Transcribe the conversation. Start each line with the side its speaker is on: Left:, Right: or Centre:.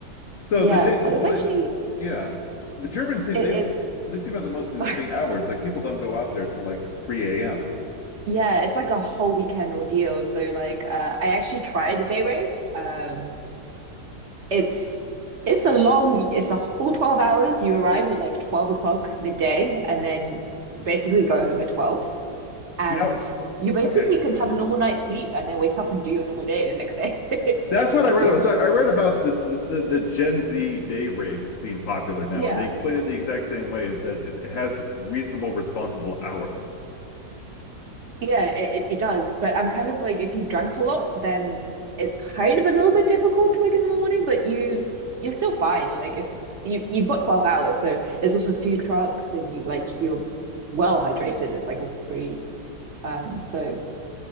Left: So
Right: yeah,
Left: the day,
Right: but
Left: well,
Right: it's actually
Left: they, yeah, the Germans seem
Right: it,
Left: they
Right: it's
Left: they seem to have the most insane
Right: sorry.
Left: hours. Like people don't go out there till like 3 a.m.
Right: Yeah, it's like a whole weekend ordeal. So like, uh, I actually tried a day rave. Um, It's it's a long, it's a full 12 hours. You arrive at like 12 o'clock midday and then basically go home at 12. And
Left: Now,
Right: you basically
Left: okay,
Right: can have a normal night's sleep and then wake up and do your normal day the next day. <laughs>
Left: That's what I read
Right: But
Left: about. So I read about the, the the Gen Z day rave being popular now,
Right: yeah,
Left: and they explain it the exact same way, is that it has reasonable, responsible hours.
Right: yeah, it, it it does. But I'm kind of like, if you've drank a lot, then it's kind of a little bit difficult to wake up in the morning, but you you're still fine. Like if you you've got 12 hours, so there's also food trucks and you like you're well hydrated. It's like all free. Um, so